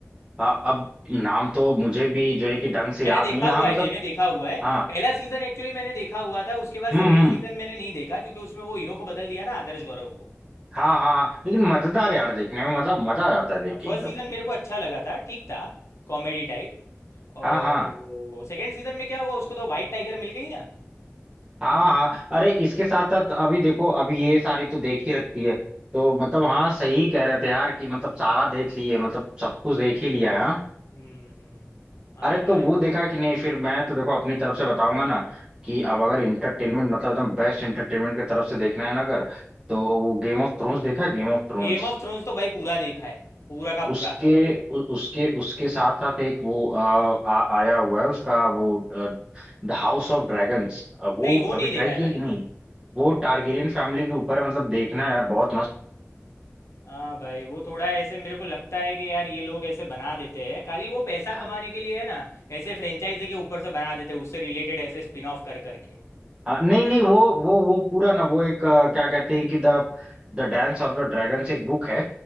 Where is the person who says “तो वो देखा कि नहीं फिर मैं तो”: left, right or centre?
Right